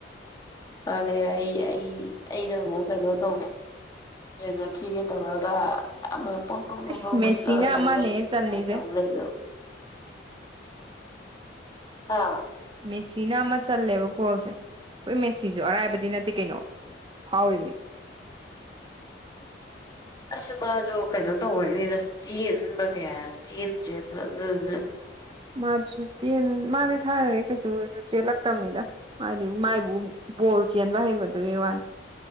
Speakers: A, on the left; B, on the right.
A: ꯃꯥꯅꯦ ꯑꯩ ꯑꯩ ꯑꯩꯅ ꯑꯃꯨꯛ ꯀꯩꯅꯣ ꯇꯧꯕ ꯌꯦꯡꯉꯛꯈꯤꯒꯦ ꯇꯧꯔꯒ ꯑꯝꯃ ꯄꯣ ꯄꯣ ꯄꯣ
B: ꯑꯁ
A: ꯄꯣ ꯃꯨꯠꯂꯒ
B: ꯃꯦꯁꯤꯅ
A: ꯇꯧ
B: ꯑꯃꯅꯦ
A: ꯂꯩꯕꯤꯗꯣ ꯑꯗꯨꯃꯥꯥꯏ
B: ꯆꯜꯂꯤꯁꯦ
A: ꯇꯧ ꯂꯩꯒ꯭ꯔꯕ ꯍꯥꯥ
B: ꯃꯦꯁꯤꯅ ꯑꯃ ꯆꯜꯂꯦꯕ ꯒꯣꯜꯁꯦ ꯑꯈꯣꯏ ꯃꯦꯁꯤꯖꯨ ꯑꯔꯥꯏꯕꯗꯤ ꯅꯠꯇꯦ ꯀꯩꯅꯣ ꯐꯥꯎꯔꯤꯃꯤ
A: ꯑꯁ ꯃꯥꯖꯨ ꯀꯩꯅꯣ ꯇꯧꯕꯩꯅꯤꯗ ꯆꯦꯟꯕ ꯀꯌꯥ ꯆꯦꯟꯗ꯭ꯔꯦꯗꯅ ꯑꯗꯨꯗꯨꯅ
B: ꯃꯥꯖꯨ ꯆꯦꯟ ꯃꯥꯗꯤ ꯊꯥꯏꯅꯗꯩ ꯀꯩꯁꯨꯖꯨ ꯆꯦꯜꯂꯛꯇꯝꯅꯤꯗ ꯃꯥꯗꯤ ꯃꯥꯏꯕꯨ ꯕꯣꯜ ꯆꯦꯟꯕ ꯍꯩꯕꯗꯨꯒꯤ ꯋꯥꯅꯤ